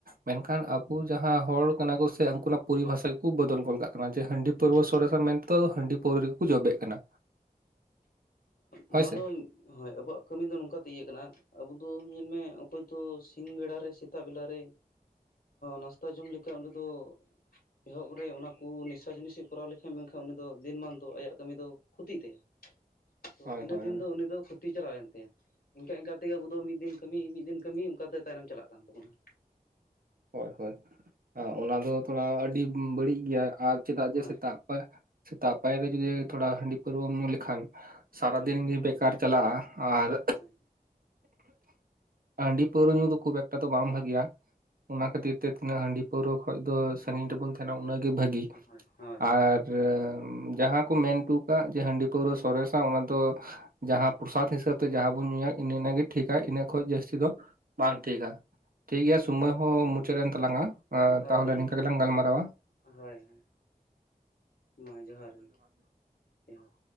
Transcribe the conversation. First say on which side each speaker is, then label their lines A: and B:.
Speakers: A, on the right (about 70°); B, on the left (about 75°).
A: ᱢᱮᱱᱠᱷᱟᱱ ᱟᱵᱚ ᱡᱟᱸᱦᱟ ᱦᱚᱲ ᱠᱟᱱᱟ ᱠᱚ ᱥᱮ ᱩᱱᱠᱩᱱᱟᱜ ᱯᱚᱨᱤᱵᱷᱟᱥᱟ ᱜᱮᱠᱚ ᱵᱚᱫᱚᱞ ᱜᱚᱞ ᱠᱟᱟᱜ᱾ ᱠᱟᱱᱟ ᱡᱮ ᱦᱟᱸᱹᱰᱤ
B: ᱦᱳᱭ
A: ᱯᱟᱨᱹᱣᱟᱹ ᱥᱚᱨᱮᱥᱟ ᱢᱮᱱᱛᱮᱫᱚ ᱦᱟᱸᱹᱰᱤ ᱯᱟᱹᱣᱨᱟᱹᱜᱮᱠᱚ ᱡᱚᱵᱮ ᱠᱟᱱᱟ᱾
B: ᱱᱚᱣᱟ
A: ᱦᱳᱭ ᱥᱮ
B: ᱫᱚ ᱦᱳᱭ ᱟᱵᱚᱣᱟᱜ ᱠᱟᱹᱢᱤ ᱫᱚ ᱱᱚᱝ ᱠᱟᱛᱮ ᱤᱭᱟᱹ ᱠᱟᱱᱟ᱾ ᱟᱵᱚ ᱫᱚ ᱧᱮᱞᱢᱮ ᱚᱠᱚᱭ ᱫᱚ ᱥᱤᱧ ᱵᱮᱲᱟᱨᱮ ᱥᱮᱛᱟᱜ ᱵᱮᱞᱟᱨᱮ᱾ ᱱᱟᱥᱛᱟ ᱡᱚᱢ ᱞᱮᱠᱟ ᱚᱸᱰᱮ ᱫᱚ᱾ ᱮᱦᱚᱵ ᱨᱮ ᱚᱱᱟ ᱠᱚ ᱱᱮᱥᱟ ᱡᱤᱱᱤᱥᱮ ᱠᱚᱨᱟᱣ ᱞᱮᱠᱷᱟᱱ ᱢᱮᱱᱠᱷᱟᱱ ᱩᱱᱤ ᱫᱚ ᱫᱤᱱ ᱢᱟᱱ ᱫᱚ ᱟᱭᱟᱜ ᱠᱟᱹᱢᱤ ᱫᱚ᱾ ᱠᱷᱚᱛᱤᱭᱜ ᱛᱟᱭᱟ ᱛᱚ
A: ᱦᱳᱭ
B: ᱤᱱᱟᱹ
A: ᱦᱳᱭ ᱦᱳᱭ
B: ᱫᱤᱱ ᱫᱚ ᱩᱱᱤ ᱫᱚ ᱾ ᱛᱤ ᱪᱟᱞᱟᱣᱮᱱ ᱛᱟᱭᱟ ᱤᱝᱠᱟ ᱤᱝᱠᱟ ᱛᱮᱜᱮ ᱟᱵᱚ ᱢᱤᱫ ᱫᱤᱱ ᱠᱟᱹᱢᱤ ᱢᱤᱫ ᱫᱤᱱ ᱠᱟᱹᱢᱤ ᱚᱱᱠᱟᱛᱮ ᱛᱟᱭᱱᱚᱢ ᱪᱟᱞᱟᱜ ᱠᱟᱱ ᱛᱟᱵᱚᱱᱟ᱾
A: ᱦᱚᱭ ᱦᱳᱭ ᱚᱱᱟ ᱫᱚ ᱛᱷᱚᱲᱟ ᱟᱹᱰᱤ ᱵᱟᱹᱲᱤᱡ ᱜᱮᱭᱟ ᱟᱨ ᱪᱮᱫᱟᱜ ᱡᱮ
B: ᱦᱳᱭ
A: ᱥᱮᱛᱟᱜ ᱯᱟᱼᱼ ᱥᱮᱛᱟᱜ ᱯᱟᱭᱟᱨ ᱨᱮ ᱡᱩᱫᱤ ᱛᱷᱚᱲᱟ ᱦᱟᱺᱰᱤ ᱯᱟᱹᱨᱟᱹᱣᱨᱟᱹᱢ ᱧᱩ ᱞᱮᱠᱷᱟᱱ᱾ ᱥᱟᱨᱟᱫᱤᱱ
B: ᱦᱳᱭ
A: ᱜᱮ ᱵᱮᱠᱟᱨ ᱪᱟᱞᱟᱜᱼᱟ ᱟᱨ᱾
B: ᱦᱳᱭ
A: ᱦᱟᱺᱰᱤ ᱯᱟᱹᱣᱨᱟᱹ ᱧᱩ ᱫᱚ ᱠᱷᱩᱵ ᱮᱠᱴᱟ ᱫᱚ ᱵᱟᱝ ᱵᱷᱟᱜᱮᱭᱟ ᱚᱱᱟ ᱠᱷᱟᱹᱛᱤᱨ ᱛᱮ ᱛᱤᱱᱟᱹᱜ ᱦᱟᱺᱰᱤ ᱯᱟᱹᱣᱨᱟᱹ ᱠᱷᱚᱢᱫᱚ ᱥᱟᱺᱟᱹᱜᱤᱧ ᱨᱮᱵᱚᱱ ᱛᱟᱦᱮᱱᱟ ᱩᱱᱟᱹᱜ ᱜᱮ ᱵᱷᱟᱹᱜᱤ
B: ᱦᱳᱭ ᱦᱳᱭ
A: ᱟᱨ ᱡᱟᱦᱟᱸ ᱠᱩ ᱢᱮᱱᱴᱩᱣ ᱠᱟᱜ ᱡᱮ ᱦᱟᱺᱰᱤ ᱯᱟᱹᱣᱨᱟᱹ ᱥᱚᱨᱮᱥᱟ ᱚᱱᱟ ᱫᱚ ᱡᱟᱦᱟᱸ ᱯᱨᱚᱥᱟᱫᱽ ᱦᱤᱥᱟᱹᱵ ᱛᱮ ᱡᱟᱦᱟᱸ ᱵᱚᱱ ᱧᱩᱭᱟ ᱮᱱᱮ ᱤᱱᱟᱹ ᱜᱮ ᱴᱷᱤᱠᱟ ᱤᱱᱟᱹ ᱠᱷᱚᱡ ᱡᱟᱹᱥᱛᱤ ᱫᱚ ᱵᱟᱝ ᱴᱷᱤᱠᱟ ᱴᱷᱤᱠ ᱜᱮᱭᱟ ᱥᱩᱢᱚᱭ ᱦᱚᱸ ᱢᱩᱪᱟ ᱮᱱ ᱛᱟᱞᱟᱝᱟ
B: ᱦᱳᱭ ᱦᱳᱭ
A: ᱛᱟᱦᱚᱞᱮ
B: ᱜᱚᱢᱠᱮ
A: ᱱᱤᱝᱠᱟ ᱜᱮᱞᱟᱝ ᱜᱟᱞᱢᱟᱨᱟᱣᱟ᱾
B: ᱦᱳᱭ ᱦᱳᱭ ᱢᱟ ᱡᱚᱦᱟᱨ ᱜᱮ ᱡᱚᱦᱟᱨ